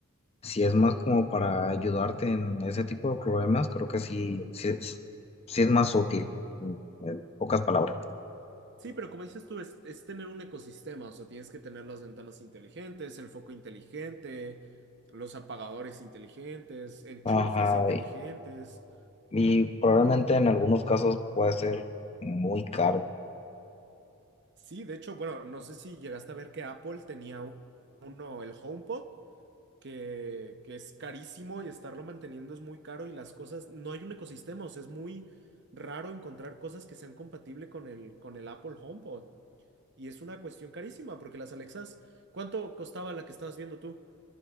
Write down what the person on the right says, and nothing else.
Sí, pero como dices tú, es, es tener un ecosistema, o sea, tienes que tener las ventanas inteligentes, el foco inteligente, los apagadores inteligentes, enchufes
inteligentes.
Sí, de hecho, bueno, no sé si llegaste a ver que Apple tenía un- uno, el HomePod, que, que es carísimo y estarlo manteniendo es muy caro y las cosas, no hay un ecosistema, o sea, es muy raro encontrar cosas que sean compatibles con el, con el Apple HomePod. Y es una cuestión carísima porque las Alexas, ¿cuánto costaba la que estabas viendo tú?